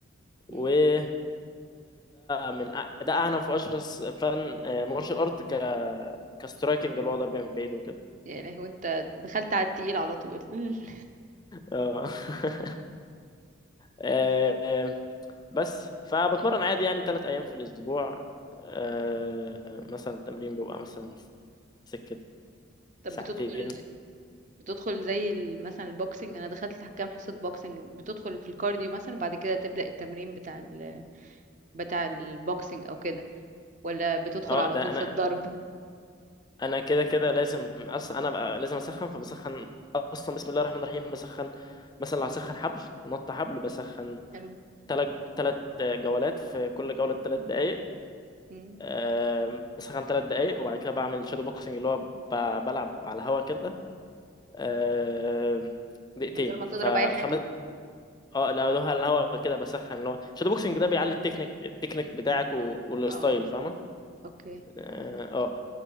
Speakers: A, on the left (about 20°); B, on the right (about 40°).
A: وده
B: امم
A: من أع- ده أعنف وأشرس فن آه، مارشال أرت ك كسترايكنج اللي هو ضرب من بعيد وكده
B: يا لهوي انت دخلت على التقيل على طول <laughs>
A: آه. <laughs> آه، آه، بس فبتمرن عادي يعني ثلاث أيام في الأسبوع آه، مثلا التمرين بيبقى مثلا سكة
B: طب
A: ساعتين
B: بتدخل بتدخل زي ال- مثلا البوكسنج انا دخلت كام حصة بوكسنج بتدخل في الكارديو مثلا وبعد كده تبدأ التمرين بتاع ال... بتاع البوكسنج او كده ولا بتدخل
A: اه
B: على
A: ده
B: طول
A: انا
B: في الضرب
A: انا كده كده لازم اصلا انا بقى لازم اسخن فبسخن اصلا بسم الله الرحمن الرحيم بسخن مثلا لو هسخن حبل نط حبل بسخن
B: حلو
A: تلات تلات جولات في كل جولة تلات دقايق
B: مم.
A: آم، بسخن تلات دقايق وبعد كده بعمل شادو بوكسنج اللي هو ب- بلعب على الهوا كده آم، دقيقتين
B: من غير ما تضرب
A: فخمس
B: اي حاجة
A: اه لا هو على الهوا كده بسخن اللي هو شادو بوكسنج ده بيعلي التكنيك التكنيك بتاعك و- والستايل
B: اه
A: فاهمة
B: اوكي
A: اه آه.